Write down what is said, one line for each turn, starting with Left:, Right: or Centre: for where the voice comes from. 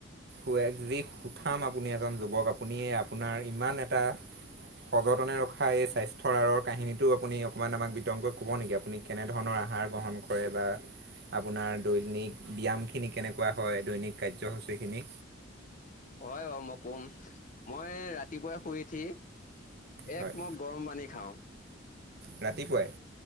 Right: <unintelligible> খাম আপুনি এজন যুৱক আপুনি আপোনাৰ ইমান এটা সগতনে ৰখা এই স্বাস্থ্যৰ আঁৰৰ কাহিনীটো আপুনি অকনমান আমাক বিতৰংকৈ কব নেকি আপুনি কেনে ধৰণৰ আহাৰ গ্ৰহণ কৰে বা আপোনাৰ দৈনিক ব্যায়াম খিনি কেনেকুৱা হয়, দৈনিক কাৰ্যসূচী খিনি?
Left: হয় হয় মই ক'ম, মই ৰাতিপুৱাই শুই উঠি
Right: হয়
Left: এক মগ গৰম পানী খাওঁ।
Right: ৰাতিপুৱাই?